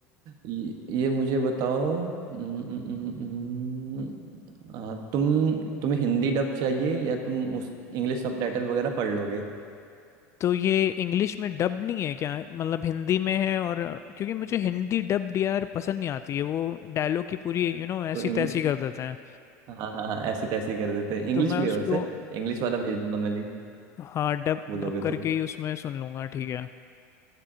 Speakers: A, on the right; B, on the left.
A: ये, ये मुझे बताओ हम्म, हम्म, हम्म, हम्म, आ, तुम तुम्हें हिंदी डब चाहिए या तुम उस इंग्लिश सबटाइटल वगैरह पढ़ लोगे
B: तो ये इंग्लिश में डब नहीं है क्या मतलब हिंदी में है और क्योंकि मुझे हिंदी डब्ड यार पसंद नहीं आती है वो डायलॉग की पूरी यू you नो know, ऐसी
A: तो इंग्लिश
B: तैसी कर देते हैं
A: हाँ हाँ हाँ ऐसी तैसी कर देते हैं इंग्लिश
B: तो मैं
A: भी
B: उसको
A: है वैसे इंग्लिश वाला भेज दूंगा मैं लिंक
B: हाँ डब
A: बोलोगे
B: डब करके
A: तो
B: ही उसमें सुन लूंगा ठीक है